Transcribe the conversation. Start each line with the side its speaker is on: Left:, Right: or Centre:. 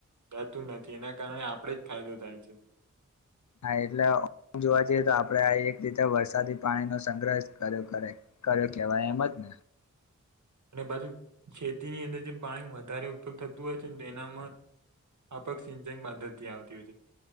Right: જતું, નથી. એના કારણે આપડે જ ફાયદો થાય છે.
Left: હા, એટલે જોવા જઈએ, તો આપણે આ એક રીતે વરસાદી પાણી નો સંગ્રહ કર્યો કર્યો કેહેવાય એમ જ
Right: <inaudible>
Left: ન
Right: અને બાજુ ખેતીની અંદર, જે પાણી વધારે ઉપયોગ થતું હોય, છેને તો એનામાં આપક સિંચાઈ મદદ થી, આવતી હોય, છે